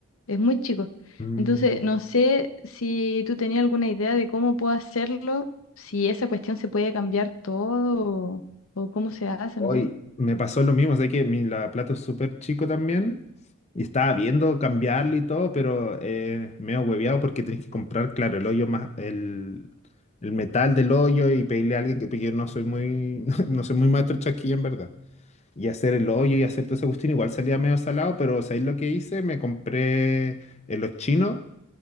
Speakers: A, on the left (about 75°); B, on the left (about 30°).
A: es muy chico.
B: mm.
A: Entonces, no sé si tú tenías alguna idea de cómo puedo hacerlo, si esa cuestión se puede cambiar todo o, o cómo se hace,
B: Hoy
A: no sé.
B: me pasó lo mismo, sé que mi lavaplato es súper chico también y estaba viendo cambiarlo y todo, pero eh, me he hueveado porque tenés que comprar, claro, el hoyo más, el, el metal del hoyo y pedirle a alguien que porque yo no soy muy, <laughs> no soy muy maestro chasquilla en verdad. Y hacer el hoyo y hacer todo esa cuestión, igual salía medio salado, pero ¿sabéis lo que hice? Me compré en los chinos,